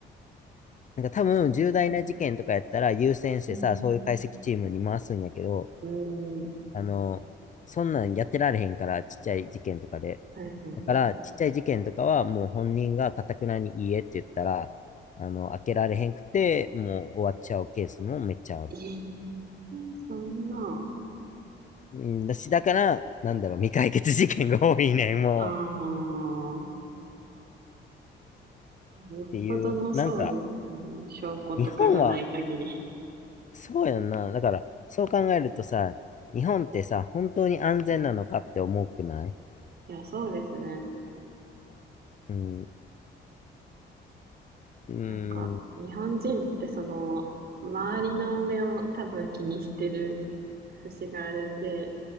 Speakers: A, on the left; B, on the right.
A: なんか多分重大な事件とかやったら優先してさ、
B: そう。ね。
A: そういう解析チームに回すんやけど、
B: うーん。
A: あの、そんなんやってられへんから、ちっちゃい事件とかで。
B: はいはいはい。
A: だから、ちっちゃい事件とかはもう本人が頑くなにいいえって言ったら、あの、開けられへんくて、もう終わっちゃうケースもめっちゃある。
B: ええーそんな。
A: うんだし、だから、なんだろう、未解決事件が多いねん、もう。
B: ああ。よっぽどのそうですね。
A: っていう、なんか、
B: 証拠とかがない限り。
A: 日本はそうやんな。だから、そう考えるとさ、日本ってさ、本当に安全なのかって思うくない
B: いや、そうですね。
A: うん、うーん、
B: なんか、
A: うん、
B: 日本人ってその、周りの目を多分気にしてる節があるんで、